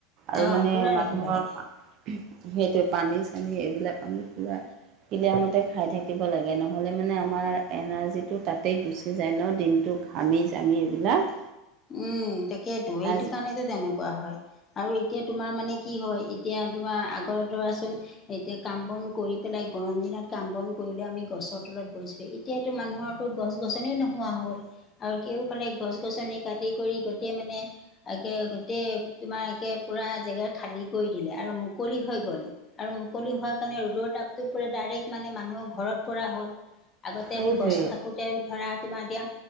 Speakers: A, on the right; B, on the left.
A: আৰু
B: অঁ
A: মানে
B: পূৰা
A: মানুহৰ
B: ৰাখিব লাগে
A: সেইটোৱে পানী-চানী এইবিলাক আমি পুৰা ক্লিয়াৰ মতে খাই থাকিব লাগে, নহ'লে মানে আমাৰ এনাৰ্জিটো তাতেই গুচি যায় ন দিনটোক ঘামি জামি এইবিলাক।
B: উম তাকেতো
A: এনাৰ্জি
B: সেইটো কাৰণে যে তেনেকুৱা হয়। আৰু এতিয়া তোমাৰ মানে কি হয় এতিয়া তোমাৰ আগৰ ধৰা এতিয়া কাম বন কৰি পেলাই, গৰম দিনত কাম বন কৰিলে আমি গছৰ তলত বহিছো। এতিয়াতো মানুহৰো গছ -গছনি নোহোৱা হ'ল। আৰু কেওফালে গছ -গছনি কাটি খেতি কৰি গোটেই মানে একে গোটেই তোমাৰ একে পুৰা জেগা খালী কৰি দিলে আৰু মুকলি হৈ গ'ল। আৰু মুকলি হোৱাৰ কাৰণে ৰ'দৰ তাপটো পৰে ডাৰেক্ট মানে মানুহৰ ঘৰত পৰা হ'ল। আগতে
A: সেইটোৱে
B: গছ থাকোতে ধৰা তোমাৰ এতিয়া